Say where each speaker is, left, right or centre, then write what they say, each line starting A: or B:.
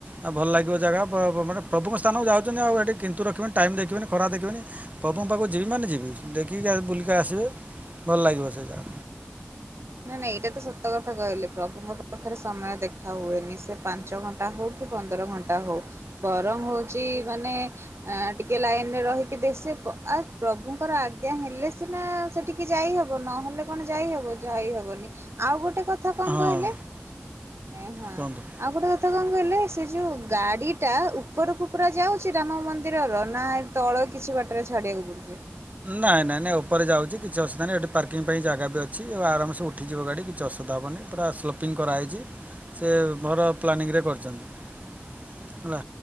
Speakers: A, on the right (about 35°); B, on the right (about 85°).
A: ଆଉ ଭଲ ଲାଗିବ ଜାଗା ମାନେ ପ୍ରଭୁମ ସ୍ଥାନକୁ ଯାଉଛନ୍ତି ଆଉ ହେଠି କିନ୍ତୁ ରଖିବିନି ଟାଇମ୍ ଦେଖିବିନି ଖରା ଦେଖିବେନି ପ୍ରପୁଙ୍କ ପାଖକୁ ଯିବି ମାନେ ଯିବି ଦେଖିକି ବୁଲିକି ଆସିବେ ଭଲ ଲାଗିବ ସେଇଟା।
B: ନାଇଁ ନାଇଁ ଏଇଟା ତ ସତ କଥା କହିଲେ ପ୍ରଭୁଙ୍କ ପାଖରେ ସମୟ ଦେଖା ହୁଏନି ସେ ପାଞ୍ଚ ଘଣ୍ଟା ଘଣ୍ଟା ହଉ କି ପନ୍ଦର ଘଣ୍ଟା ହଉ ଗରମ୍ ହଉଛି ମାନେ ଆ ଟିକେ ଲାଇନ ରେ ରହିକି ଦେସେ ଆ ପ୍ରଭୁଙ୍କର ଆଜ୍ଞା ହେଲେ ସିନା ସେଠିକ କି ଯାଇ ହବ ନହେଲେ କଣ ଯାଇହବ ଯାଇ ହବନି ଆଉ ଗୋଟେ କଥା କଥା କଣ
A: ହଁ
B: କହିଲେ ହଁ?
A: କୁହନ୍ତୁ
B: ଆଉ ଗୋଟେ କଥା କଣ କହିଲେ ସେ ଯଉ ଗାଡ଼ିଟା ଉପରକୁ ପୁରା ଯାଉଛି ରାମ ମନ୍ଦିରର ନାଇ୍ ତଳ କିଛି ବାଟରେ ଛାଡ଼ିବାକୁ ପଡ଼ୁଛି।
A: ନାଇଁ ନାଇଁ ନାଇଁ ଉପରେ ଯାଉଛି କିଛି ଅସୁବଧାହିଁ ଏଠି ପାର୍କିଂ ପାଇଁ ଜାଗ ବିଛି ଆରାମସ ଉଠ ଉଠିଯିବ ଗାଡ଼ି କିଛି ଅସୁବିଧା ହେବନି ପୁରା ସ୍ଲୋପିଙ୍ଗ କରାହେଇଛି। ସେ ଘର ପ୍ଲାନିଂରେ କରିଛନ୍ତି। ହେଲା